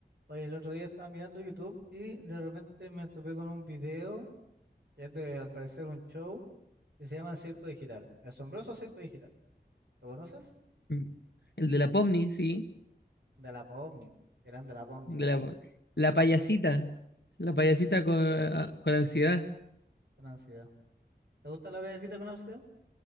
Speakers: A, on the right; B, on the left.
A: Oye, el otro día estaba mirando YouTube y de repente me topé con un video, que es de, al parecer un show, que se llama Circo Digital, el asombroso Circo Digital. ¿Lo conoces?
B: Mm. El de la Pomni, sí.
A: De la PAOVNI, eran de la PAOVNI,
B: De la, la payasita. La payasita con, a- con ansiedad.
A: con ansiedad. ¿Te gusta la payasita con ansiedad?